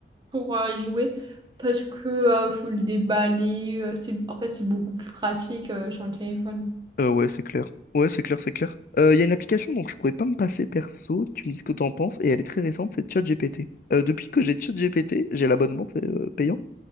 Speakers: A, on the right; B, on the left.
A: pour euh, y jouer parce que euh, faut le déballer. euh, c'est, en fait, c'est beaucoup plus pratique euh, sur le téléphone.
B: Euh, ouais, c'est clair. Ouais, c'est clair, c'est clair. Euh, Il y a une application dont je pourrais pas me passer perso, tu me dis ce que t'en penses, et elle est très récente, c'est ChatGPT. Euh, depuis que j'ai ChatGPT, j'ai l'abonnement, c'est euh, payant,